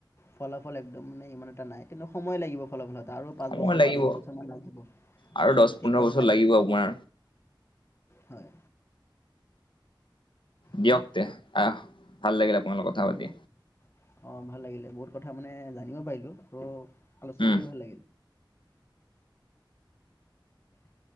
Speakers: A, on the left (about 30°); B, on the left (about 75°).
A: ফলাফল একদম মানে ইমান এটা নাই, কিন্তু সময় লাগিব ফলাফলত। তাৰো পাঁচ
B: সময়
A: বছৰ
B: লাগিব
A: বা দহ বছৰমান লাগিব।
B: আৰু দহ
A: তেতিয়াহে
B: পোন্ধৰ বছৰ
A: আমি
B: লাগিব
A: দেখি
B: আপোনাৰ
A: পাম, হয়
B: দিয়ক
A: দিয়া
B: তে আহ ভাল লাগিলে আপোনালত
A: ঠিক
B: কথা
A: আছে
B: পাতি।
A: দিয়া অঁ ভাল লাগিলে বহুত কথা মানে জানিব পাৰিলোঁ আৰু আলোচনা
B: উম
A: কৰি ভাল লাগিল। <inaudible>